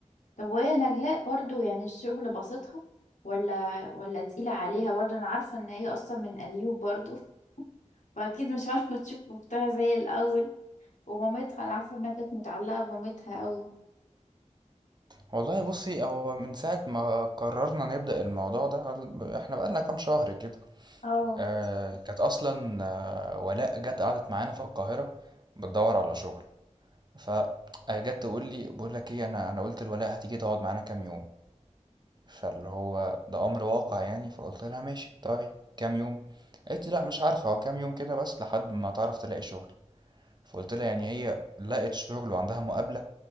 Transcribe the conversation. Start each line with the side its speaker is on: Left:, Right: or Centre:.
Left: طب وهي نجلاء برضو يعني الشغل بسيطها ولا ولا تقيلة عليها برضو أنا عارفة إن هي أصلا من أليوب برضو <laughs> فأكيد مش عارفة تشوف أختها زي الأول ومامتها انا عارفه انها كانت متعلقه بمامتها قوي
Right: والله بصي هو من ساعة ما قررنا نبدأ الموضوع ده احنا بقالنا كام شهر كده
Left: اه
Right: آه كانت أصلا آه ولاء جت قعدت معانا في القاهرة بتدور على شغل فجت تقول لي بقول لك ايه أنا أنا قلت لولاء هتيجي تقعد معانا كام يوم فاللي هو ده أمر واقع يعني فقلت لها ماشي طيب كام يوم قالت لي لا مش عارفة هو كام يوم كده بس لحد ما تعرف تلاقي شغل فقلت لها يعني هي لقت شغل وعندها مقابلة